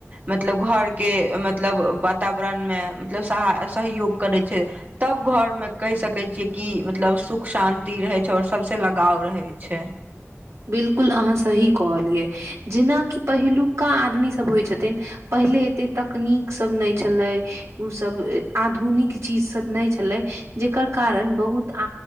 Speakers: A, on the right; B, on the right.
A: मतलब घरके मतलब वातावरणमे मतलब सा सहयोग करै छै तऽ सब घर में कहि सके छीये की मतलब सुख शांति रहे छै और सबसे लगाव रहे छै
B: बिलकुल अहाँ सही कहलियै जेनाकि पहिलुका आदमीसभ होइत छथिन पहिले एतेक तकनीक सब नहि छलै ऊसब आधुनिक चीजसब नहि छलै जेकर कारण बहुत